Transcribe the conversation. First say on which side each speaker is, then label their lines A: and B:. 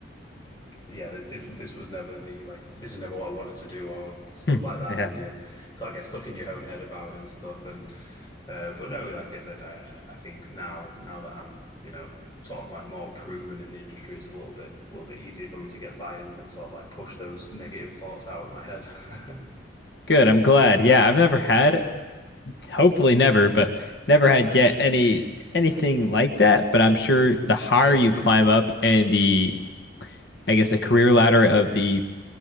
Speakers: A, on the left; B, on the left.
A: yeah, th- this this was never the like this is never what I wanted to do or stuff
B: Hmm.
A: like that,
B: <laughs>
A: and you sort of get stuck in your own head about it and stuff. And uh, but no, like I said, I, I think now now that I'm you know sort of like more proven in the industry, it's a little bit a little bit easier for me to get by and, and sort of like push those negative thoughts out of my head. <laughs>
B: Good. I'm glad. Yeah, I've never had, hopefully never, but never had yet any anything like that. But I'm sure the higher
A: That was
B: you
A: good.
B: climb up and the, I guess, a career ladder of the